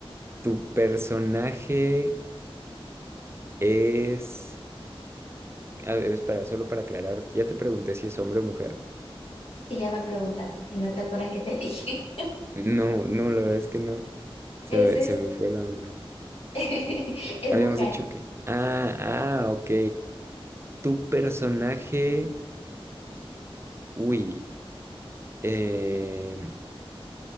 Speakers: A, on the right (about 25°); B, on the left (about 80°).
A: ¿tu personaje es... A ver, espera, solo para aclarar, ya te pregunté si es hombre o mujer.
B: si ya me preguntaste y no te acuerdas que te <laughs> dije.
A: No, no, la verdad es que no. Se
B: Es,
A: me,
B: es,
A: se me fue la onda.
B: <laughs> es
A: Habíamos
B: mujer.
A: dicho que. Ah, ah, ok. Tu personaje. Uy. Eh,